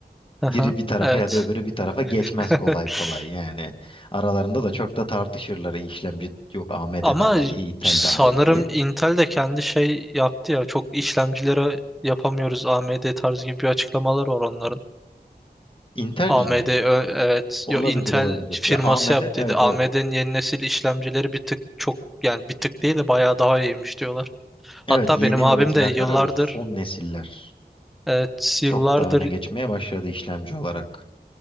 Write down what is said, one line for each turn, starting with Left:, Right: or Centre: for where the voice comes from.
Centre: Aha,
Left: Biri bir tarafa
Centre: evet.
Left: ya da öbürü bir tarafa geçmez
Centre: <laughs>
Left: kolay kolay yani. Aralarında da çok da tartışırlar işlemci yok AMD
Centre: Ama
Left: daha iyi Intel
Centre: sanırım
Left: daha iyi diye.
Centre: Intel de kendi şey yaptı ya. Çok işlemcilere yapamıyoruz AMD tarzı gibi bir açıklamalar var onların.
Left: Intel'ci
Centre: AMD
Left: mi?
Centre: ö- evet
Left: Olabilir
Centre: yo Intel
Left: olabilir.
Centre: firması
Left: Ya AMD
Centre: yaptıydı.
Left: evet
Centre: AMD'nin
Left: evet.
Centre: yeni nesil işlemcileri bir tık çok yani bir tık değil de bayağı daha iyiymiş diyorlar.
Left: Evet
Centre: Hatta
Left: yeni
Centre: benim
Left: üretilenler
Centre: abim de yıllardır
Left: öyle son nesiller.
Centre: evet
Left: Çok
Centre: yıllardır
Left: daha öne geçmeye başladı işlemci olarak.